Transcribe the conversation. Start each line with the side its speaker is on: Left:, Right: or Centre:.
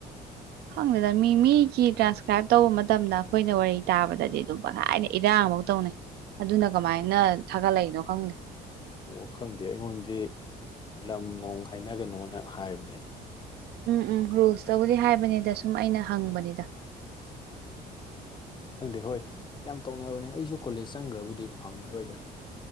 Right: ꯈꯪꯗꯦꯗꯥ ꯃꯤ ꯃꯤꯒꯤ ꯇ꯭ꯔꯥꯟꯁꯀ꯭ꯔꯥꯏꯞ ꯇꯧꯕ ꯃꯇꯝꯗꯥ ꯑꯩꯈꯣꯏꯅ ꯋꯥꯔꯤ ꯇꯥꯕꯗꯗꯤ ꯑꯗꯨꯝ ꯄꯪꯍꯥꯏꯗ ꯏꯔꯥꯡꯕꯧ ꯇꯧꯅꯩ ꯑꯗꯨꯅ ꯀꯃꯥꯏꯅ ꯊꯥꯒꯠꯂꯛꯏꯅꯣ ꯈꯪꯗꯦ
Left: ꯑꯣ ꯈꯪꯗꯦ ꯑꯩꯉꯣꯟꯗꯤ ꯂꯝ ꯅꯣꯡ ꯍꯥꯏꯅꯒꯥꯅꯣꯅ ꯍꯥꯏꯕꯅꯦ
Right: ꯎꯝ ꯎꯝ ꯔꯨꯜꯁꯇꯕꯨꯗꯤ ꯍꯥꯏꯕꯅꯤꯗꯥ ꯁꯨꯝ ꯑꯩꯅ ꯍꯪꯕꯅꯤꯗ
Left: ꯎꯝ ꯎꯝ ꯈꯪꯗꯦ ꯍꯣꯏ ꯌꯥꯝ ꯇꯧꯅꯕꯅꯦ ꯑꯩꯁꯨ ꯀꯣꯂꯦꯖ ꯆꯪꯒ꯭ꯔꯕꯨꯗꯤ ꯐꯪꯉꯔꯣꯏꯗꯥ